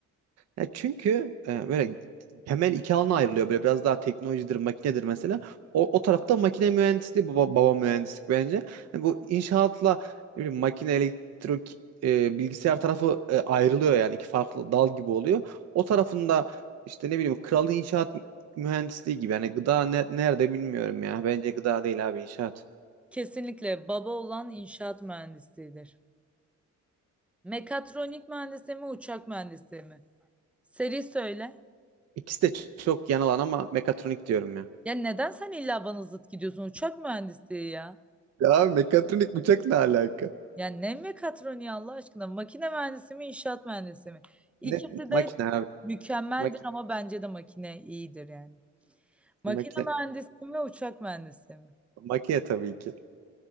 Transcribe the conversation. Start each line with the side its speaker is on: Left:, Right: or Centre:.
Right: Ya çünkü e, böyle temel iki alana ayrılıyor. Böyle biraz daha teknolojidir, makinedir mesela. O, o tarafta makine mühendisliği, baba, baba mühendislik bence. Hani bu inşaatla ne bileyim, makine, elektrik, e, bilgisayar tarafı e, ayrılıyor yani iki farklı dal gibi oluyor. O tarafında işte ne bileyim kralı inşaat mühendisliği gibi. Yani gıda ne- nerede bilmiyorum ya. Bence gıda değil abi inşaat.
Centre: Kesinlikle baba olan inşaat mühendisidir. Mekatronik mühendisi mi, uçak mühendisi mi? Seri söyle.
Right: İkisi de ç- çok yan alan ama mekatronik diyorum ya.
Centre: Ya neden sen illa bana zıt gidiyorsun? Uçak mühendisliği ya.
Right: Ya abi mekatronik uçak ne alaka?
Centre: Ya ne mekatroniği Allah aşkına? Makine mühendisi mi, inşaat mühendisi mi? İkisi
Right: Ne makine
Centre: de
Right: abi?
Centre: mükemmeldir
Right: Makine,
Centre: ama bence de makine iyidir yani. Makine
Right: makine.
Centre: mühendisi mi, uçak mühendisi mi?
Right: Makine tabii ki.